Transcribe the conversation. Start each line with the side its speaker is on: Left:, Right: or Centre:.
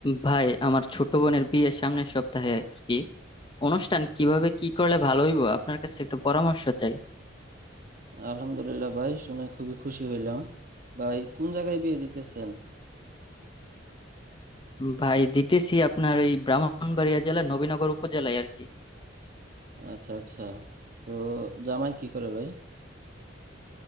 Left: ভাই আমার ছোট বোনের বিয়ে সামনের সপ্তাহে আর কি অনুষ্ঠান কিভাবে কি করলে ভালো হইব আপনার কাছে একটু পরামর্শ চাই
Right: আলহামদুলিল্লাহ ভাই শুনে খুবই খুশি হইলাম ভাই কোন জায়গায় বিয়ে দিতেছেন
Left: ভাই দিতেছি আপনার এই ব্রাহ্মণবাড়িয়া জেলার নবীনগর উপজেলায় আর কি
Right: আচ্ছা আচ্ছা তো জামাই কি করে ভাই